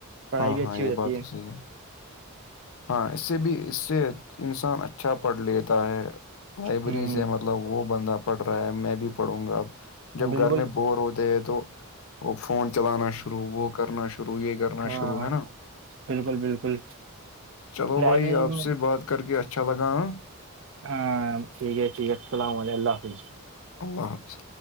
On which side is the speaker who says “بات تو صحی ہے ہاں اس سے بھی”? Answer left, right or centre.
Left